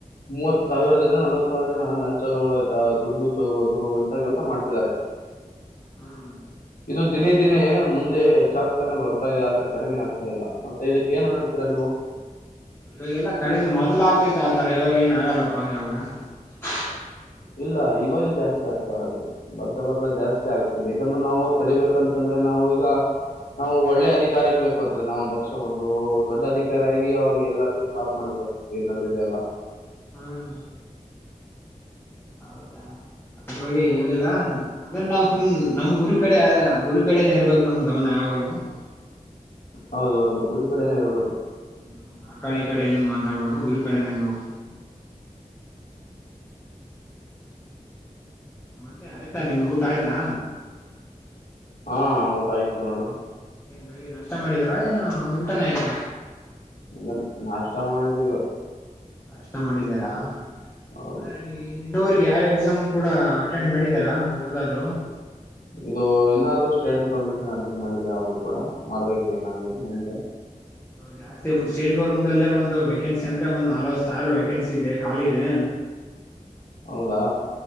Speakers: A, on the left; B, on the left.
A: ಮೂವತ್ ಸಾವಿರದಿಂದ ನಲ್ವತ್ ಸಾವಿರ ಜನ ಲಂಚಗಳು ಆಯ್ತಾ ದುಡ್ಡು ತಗೋದು ಇಂತ ಕೆಲಸ ಮಾಡ್ತಿದ್ದಾರೆ
B: ಹ್ಮ್
A: ಇದು ದಿನೇ ದಿನೇ ಮುಂದೆ ಹೆಚ್ಚಾಗ್ತಾನೆ ಬರ್ತಾ ಇದೆ ಆದ್ರೆ ಕಡಿಮೆ ಆಗ್ತಾ ಇಲ್ಲ ಮ ಇದಕ್ಕೆ ಏನ್ ಮಾಡ್ಸ್ತೀರಾ ನೀವು?
B: ಇವಾಗೆಲ್ಲ ಕಡಿಮೆ ಮೊದಲ ಆಗ್ತೈತೆ ಆತರ ಇವಾಗ ಏನ್ ಆಗಲ್ಲ. <unintelligible>
A: ಇಲ್ಲ ಇವಾಗ ಜಾಸ್ತಿ ಆಗ್ತರ ಇದು ಬರ್ತಾ ಬರ್ತಾ ಜಾಸ್ತಿ ಆಗ್ತಿದೆ ಇದನ್ನು ನಾವು ತಡಿಬೇಕಂತಂದ್ರೆ ನಾವು ಈಗ ನಾವು ಒಳ್ಳೆ ಅಧಿಕಾರ ಇಕಬೇಕಾಗ್ತದೆ ನಾವುಂದು ದಕ್ಷ ಒಂದು ದೊಡ್ಡ ಅಧಿಕಾರಿಯಾಗಿ ಅವ್ರು ಎಲ್ಲಕ್ಕು ಸ್ಟಾಪ್ ಮಾಡ್ಬೇಕಾಗ್ತದೆ ಏನ್ ನಡೆದಿದೆ ಅಲ್ಲ.
B: ಹ್ಮ್ ಹೌದಾ ಅದ್ರ ಬಗ್ಗೆ ಏನಿಲ್ಲ ಅದ್ರ ನಾವು ಸುಮ್ ನಮ್ ಗುರಿ ಕಡೆ ಗುರಿ ಕಡೆನೆ ಇರಬೇಕು ನಮ್ ಗಮನ ಯಾವಾಗ್ಲೂ
A: ಹೌದೌದು ಗುರಿ ಕಡೆನೆ ಇರ್ಬೇಕು.
B: ಹ್ಮ್ ಆ ಕಡೆ ಈ ಕಡೆ ಏನ್ ಮಾತಾಡ್ಬಾರ್ದು ಗುರಿ ಕಡೆನೇ ಇರ್ಬೇಕು. ಮತ್ತೆ ಆಯ್ತಾ ನಿಮ್ದ್ ಊಟ ಆಯ್ತಾ.
A: ಹುಂ ಊಟ ಆಯ್ತು ನೋಡು.
B: ಏನ್ ಬೆಳಿಗ್ಗೆ ನಾಷ್ಟ ಮಾಡಿದ್ರ ಏನ ಊಟನೆ ಆಯ್ತ?
A: ಇಲ್ಲ ನಾಷ್ಟ ಮಾಡಿದ್ ಇವಾ
B: ನಷ್ಟ ಮಾಡಿದಾರಾ?
A: ಹೌದು
B: ಅದ್ರೆ ನನಗೆ ನೀ <unintelligible> ಯಾವ್ ಎಕ್ಸಾಮ್ ಕೂಡ ಅಟೆಂಡ್ ಮಾಡಿದಾರಾ ಯಾವ್ದಾದ್ರು?
A: ಇದು ಇನ್ನಾದ್ರೂ ಸ್ಟೇಟ್ ಗೌರ್ಮೆಂಟ್ ಅಟೆಂಡ್ ಮಾಡಿಲ್ಲ ಯಾವ್ದೂ ಕೂಡ. ಮಾಡ್ಬೇಕಿದೆ ನಂಗೆ ಮುಂದೆ.
B: ಜಾಸ್ತಿ ಸ್ಟೇಟ್ ಗೌರ್ಮೆಂಟಲ್ಲೇ ಒಂದು ವೇಕೆನ್ಸಿ ಅಂದ್ರೆ ಒಂದ್ ನಲ್ವತ್ತು ಸಾವ್ರ ವೇಕೆನ್ಸಿ ಇದೆ ಖಾಲಿ ಇದೆ.
A: ಹೌದಾ?